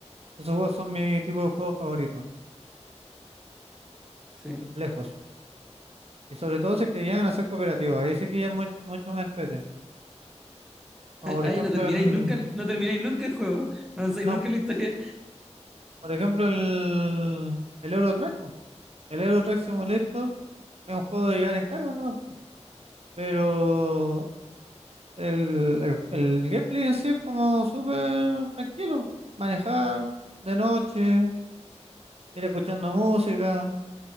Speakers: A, on the right; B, in the centre.
A: esos juegos son mi tipo de juegos favoritos,
B: Sí.
A: lejos. Y sobre todo si es que llegan a ser cooperativos, ahí sí que ya es mu- mucho más entretenido. Como por
B: Ahí
A: ejemplo
B: no termináis
A: el...
B: nunca, no termináis nunca el juego. No avanzáis
A: No,
B: nunca en la historia.
A: Por ejemplo, el, el Euro Truck, po. El Euro Truck Simulator es un juego de llevar en cargo, ¿no? Pero el, el, el gameplay en sí es como súper tranquilo. Manejar de noche, ir escuchando música,